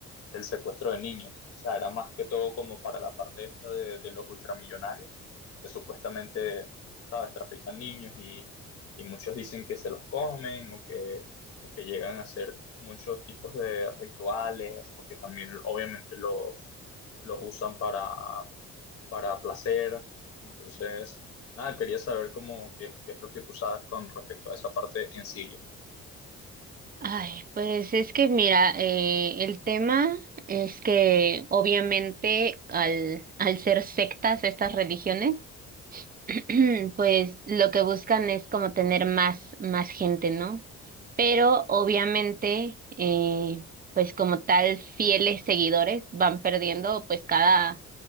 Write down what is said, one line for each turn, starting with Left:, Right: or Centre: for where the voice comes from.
Left: del secuestro de niños. O sea, era más que todo como para la parte esta de, de los ultramillonarios, que supuestamente, ¿sabes?, trafican niños y, y muchos dicen que se los comen o que, o que llegan a hacer muchos tipos de rituales o que también obviamente los, los usan para, para placer. Entonces, nada, quería saber cómo, qué, qué es lo que tú sabes con respecto a esa parte en Siria.
Right: Ay, pues es que mira, eh, el tema es que obviamente al, al ser sectas estas religiones, <clears throat> pues lo que buscan es como tener más, más gente, ¿no? Pero obviamente, eh, pues como tal, fieles seguidores van perdiendo pues cada,